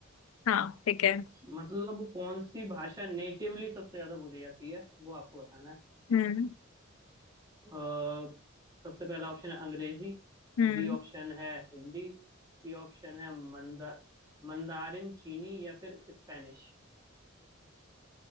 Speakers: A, on the left; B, on the right.
A: हाँ ठीक है
B: मतलब कौन सी भाषा नेटिवली सबसे ज्यादा बोली जाती है वो आपको बताना है
A: हम्म
B: अ, सबसे पहला ऑप्शन है अंग्रेजी
A: हम्म
B: बी ऑप्शन है हिंदी सी ऑप्शन है मंदा मंदारिन चीनी या फिर स्पेनिश